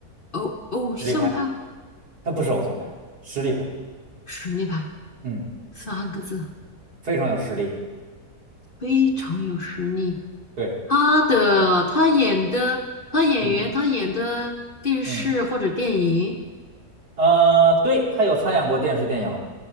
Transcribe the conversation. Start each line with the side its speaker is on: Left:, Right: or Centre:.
Left: 偶偶像派，
Right: 实力派，他不是偶像派，实力派，
Left: 实力派，
Right: 嗯，
Left: 三个字，
Right: 非常有实力。
Left: 非常有实力。
Right: 对，
Left: 他的他演的他演员他演的电视或者电影，
Right: 嗯嗯，呃，对，他有参演过电视电影，